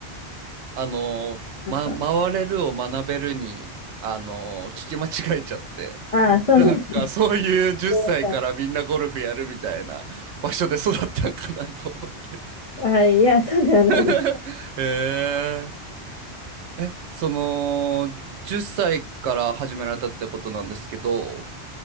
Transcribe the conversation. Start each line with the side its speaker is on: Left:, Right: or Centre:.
Right: あのー、
Left: なんか、
Right: ま、回れるを学べるに、あのー、聞き間違えちゃって。
Left: ああ、そうなんですね。
Right: なんか、
Left: <laughs> すい
Right: そういう10歳からみんなゴルフやるみたいな場所で育ったんかなと思って。
Left: ませんはい、いや、そうではないですよ。
Right: <laughs> へええ、その、10歳から始められたってことなんですけど、